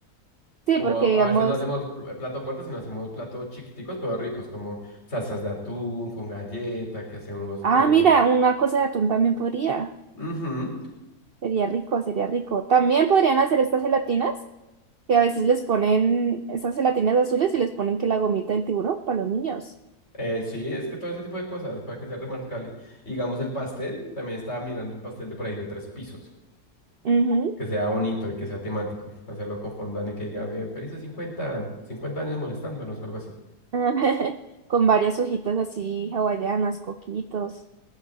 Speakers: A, on the right (about 55°); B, on the left (about 45°).
A: sí,
B: O
A: porque
B: a,
A: digamos,
B: o a veces no hacemos pl- eh, plato fuerte, sino hacemos platos chiquiticos pero ricos, como salsas de atún, con galleta, que hacemos...
A: ah,
B: Eh,
A: mira, una cosa de atún también podría,
B: ujú,
A: sería rico, sería rico. También podrían hacer estas gelatinas. que a veces les ponen esas gelatinas azules y les ponen que la gomita del tiburón para los niños.
B: eh, sí, es que todo ese tipo de cosas, para que sea remarcable. Y digamos el pastel, también estaba mirando un pastel de por ahí de tres pisos,
A: Ujú.
B: que sea bonito y que sea temático, hacerlo con fondant y que diga, "Ve, felices 50, 50 años molestándonos o algo así.
A: <laughs> Con varias hojitas así hawaianas, coquitos.